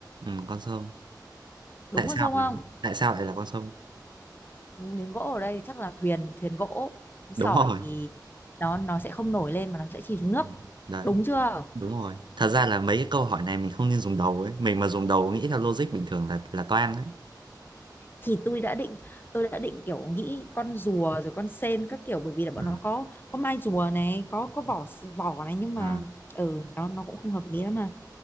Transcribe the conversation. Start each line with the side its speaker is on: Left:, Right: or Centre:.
Right: ừ, con sông
Left: Đúng
Right: tại
Left: con
Right: sao
Left: sông
Right: là,
Left: không?
Right: tại sao lại là con sông
Left: Miếng gỗ ở đây chắc là thuyền, thuyền gỗ. Sỏi
Right: đúng rồi
Left: thì nó nó sẽ không nổi lên mà nó sẽ chìm xuống nước.
Right: Ừ, đấy
Left: Đúng chưa?
Right: đúng rồi thật ra là mấy cái câu hỏi này mình không nên dùng đầu ấy mình mà dùng đầu nghĩ theo logic bình thường là là toang đấy
Left: thì tôi đã định tôi đã định kiểu nghĩ con rùa rồi con sên các kiểu bởi vì là bọn
Right: ừ.
Left: nó có có mai rùa này có có vỏ vỏ này nhưng mà
Right: Ừ.
Left: ừ nó nó cũng không hợp lý lắm mà